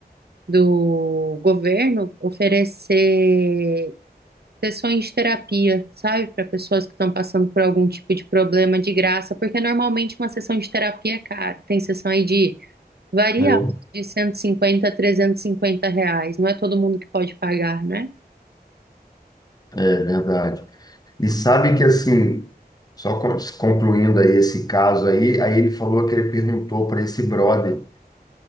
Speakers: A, on the right; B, on the left.
A: do governo oferecer sessões de terapia, sabe, para pessoas que estão passando por algum tipo de problema de graça, porque normalmente uma sessão de terapia é cara. Tem sessão aí de varia
B: né?
A: de 150 a 350 reais. Não é todo mundo que pode pagar, né?
B: É verdade. E sabe que assim, só con- concluindo aí esse caso aí, aí ele falou que ele perguntou para esse brother.